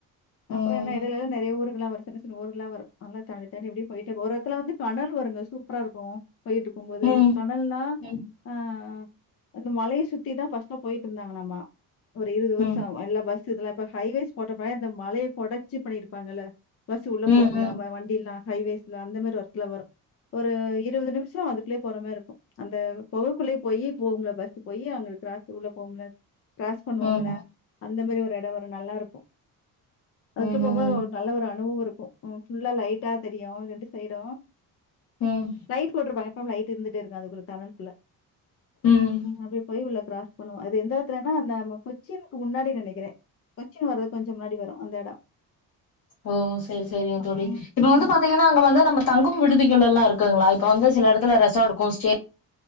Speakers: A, on the left (about 40°); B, on the left (about 70°).
A: அப்புற
B: ம்
A: என்ன இடையில்ல நிறைய ஊரு எல்ல வரு சின்ன சின்ன ஊர் எல்லா வரு எல்லா தாி தாிப்படி போயிட்டு ஒரு ஒரு இடத்துல வந்து டனல் வருங்க சூப்பரா இருக்கு ஏறிட்டு போம் போது
B: ம்
A: டணல்னா
B: ம்
A: ஆ அந்த மலைய சுத்தி தா ஃப்ரஸ்ட்டா போயிட்டு இருந்தாங்கலாமா ஒரு இருபது
B: ம்
A: வருஷ எல்லா பஸ் இதெல்லா இப்ப ஹைவேஸ் போட்ட போ இந்த மழைய கொடஞ்சி இது பண்ணியிருப்பாங்கல பஸ் உள்ள
B: ம்
A: போகும்ல
B: ம்
A: வண்டி எல்லா ஹவேஸ்ல அந்த மாரி ஒரத்துல வரு ஒரு இருபது நிமிஷ அதுக்குள்ளயே போற மாரி இருக்கு அந்த குகைக்குள்ளயே போய் போகும்ல பஸ் போய் அவங்களுக்கு கிராஸ் உள்ள போம்ல கிராஸ் பண்ணுவோம்ல
B: ம் ம்
A: அந்த மாதிரி ஒரு இட வரும் நல்லா இருக்கு அதுக்குள்ள
B: ம் ம்
A: போகு போது நல்ல ஒரு அனுபவம் இருக்கும் ஃபுல்லா லைட்டா தெரியு ரெண்டு சைடும்
B: ம்
A: லைட் போட்ருப்பாங்க எப்பமே லைட் இருந்துட்டே இருக்கு அதுக்குள்ள தனல் குள்ள
B: ம்
A: அப்டியே போய் உள்ள கிராஸ் பண்ணுவோம் அது எந்த எடத்துலன்னா அந்த கொச்சினுக்கு முன்னாடி நெனைக்கிறேன் கொச்சின் வர்றது கொஞ்ச முன்னாடி வரும் அந்த எடம்
B: ஓ சேரி சேரிங்க
A: ஆமா.
B: தோழி இப்ப வந்து பாத்தீங்கன்னா அங்க வந்து நம்ம தங்கும் விடுதிகள் எல்லா இருக்குங்களா இப்ப வந்து சில எடத்துல ரெசாட் கோஸ்டே